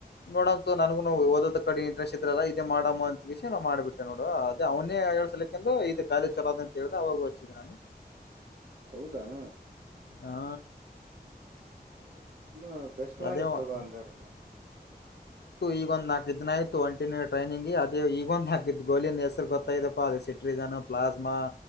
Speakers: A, on the left; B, on the right.
A: ನೋಡಂತ ನಗು ಓದ ಕಡೆ ಇಂಟ್ರೆಸ್ಟ್ ಇದ್ರಲ್ಲ ಇದೇ ಮಾಡ ಅಂತಿಸಿ ನಾ ಮಾಡಬಿಟ್ಟೆ ನೋ. ನೋಡು ಅದೇ ಅವನೇ ಹಳ್ಸಲಿಂದು ಇದು ಕಾಲಿಜ ಚೊರ ಅದ ಅಂತ ಹೇಳ್ದೆ ಅವಾಗ ಹ್ಿದೆ ನಾನು
B: ಹೌದಾನ
A: ಹಾ
B: ಹ ಹೌದ ಬೆಸ್ಟ್ ಮಾಡಿ
A: ಅದೇ
B: ತಗೋ ಅಂದಾರ
A: ಈಗೊಂದು ನಾಕು ದಿನ ಆಯ್ು ಒಂಟಿನ್ಯ ಟ್ರೈನಿಂಗ್ ಅೇ ಈಗೊಂದು ಹಾಕ್ಿದ್ದ ಗೋಲಿನ ಹೆಸರು ಗೊ ಐದಪ್ಪ ಅ ಸಿಟ್ರೀಜನ್ ಪ್ಲಾಸ್್ಮಾ